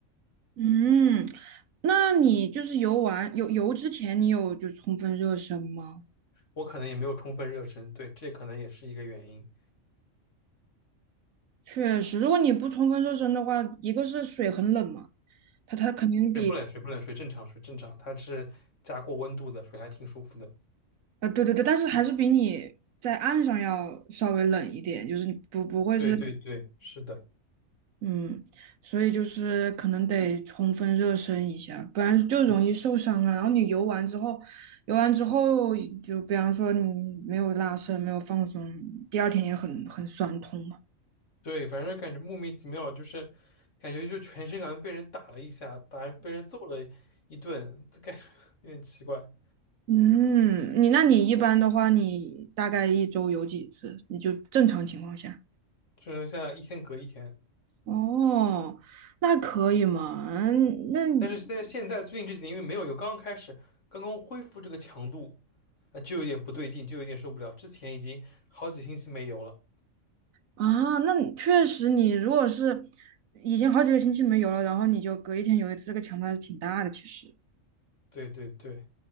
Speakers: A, on the right; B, on the left.
A: 嗯，那你就是游完游游之前，你有就充分热身吗？
B: 我可能也没有充分热身，对，这可能也是一个原因。
A: 确实，如果你不充分热身的话，一个是水很冷嘛，它它肯定比
B: 水不冷，水不冷，水正常，水正常，它是加过温度的，水还挺舒服的。
A: 呃，对对对，但是还是比你在岸上要稍微冷一点，就是你不不会是。
B: 对对对，是的，
A: 嗯，所以就是可能得充分热身一下，不然就容易受伤啊。然后你游完之后，游完之后就比方说你没有拉伸，没有放松，第二天也很很酸痛嘛。
B: 对，反正感觉莫名其妙，就是感觉就全身感觉被人打了一下，打被人揍了一顿，这感觉 <laughs> 有点奇怪。
A: 嗯，你那你一般的话，你大概一周游几次？你就正常情况下。
B: 就是现在一天隔一天，
A: 哦，那可以嘛？嗯那你
B: 但是现在现在最近这几天因为没有有刚刚开始，刚刚恢复这个强度，那就有点不对劲，就有点受不了。之前已经好几星期没油了，
A: 啊，那你确实，你如果是已经好几个星期没游了，然后你就隔一天游一次，这个强度还是挺大的，其实。
B: 对对对，